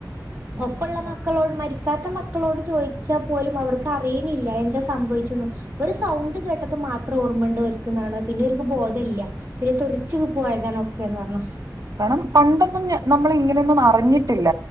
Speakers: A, on the right; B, on the right.
A: ഒപ്പൊള്ള
B: മനസ്സിലായി
A: മക്കളോട് മരി ക്കാത്ത മക്കളോട് ചോദിച്ചാൽ പോലും അവർക്ക് അറിയിണില്ല എന്താ സംഭവിച്ചുന്നു. ഒരു സൗണ്ട് കേട്ടത് മാത്രം ഓർമ്മണ്ട് ഓര്ക്കുന്നാണ് പിന്നെ ഒരു ഇപ്പൊ ബോധല്ല
B: ഉം
A: <unintelligible> ച്ച് പോയതാണ് ഒക്കെന്ന് പറഞ്ഞു.
B: കാരണം പണ്ടൊന്നും ഞ നമ്മള് ഇങ്ങനെയൊന്നും അറിഞ്ഞിട്ടില്ല.